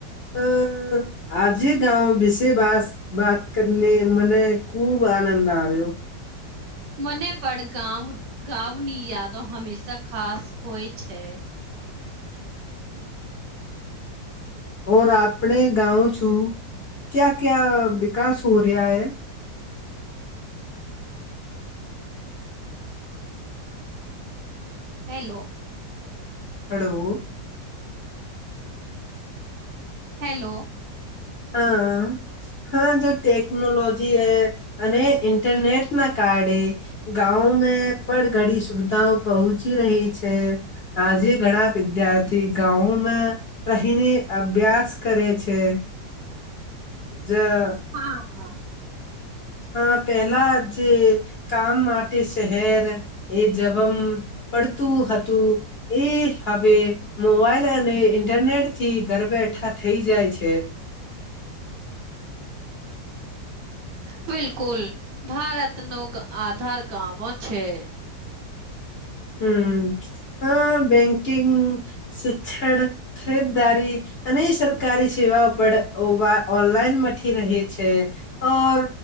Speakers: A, on the left; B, on the right.
A: આ આજે ગાવ વિશે વાત કરીને મને ખુબ આનંદ આવ્યો,
B: મને પણ ગાવ ગાવની યાદો હંમેશા ખાસ હોય છે,
A: હું આપણે ગાવ છું. ક્યાં ક્યાં વિકાસ હો રહ્યાએ
B: હેલો,
A: હાલો.
B: હેલો.
A: હા, હાવે જો ટેકનોલોજી હ અને ઇન્ટરનેટના કારણેે, ગાવમે પણ ઘડી સુવિધાઓ પહોંચી રહી છે, આજે ઘણા વિદ્યાર્થી ગાવમે, રહીને અભ્યાસ કરે છે, જ
B: હા, હા.
A: હ પેલા જે કામ માટે શહેર, એ જવમ પડતું હતું, એ હવે મોબાઈલ અને ઇન્ટરનેટથી ઘર બેઠા થઈ જાય છે,
B: બિલકુલ ભારતનો આધાર ગામો છે,
A: હમ અ બેંકિગ, શિક્ષણ, ખરીદારી અને સરકારી સેવાઓ પણ ઓનલાઈન મથી રહે છે. ઓર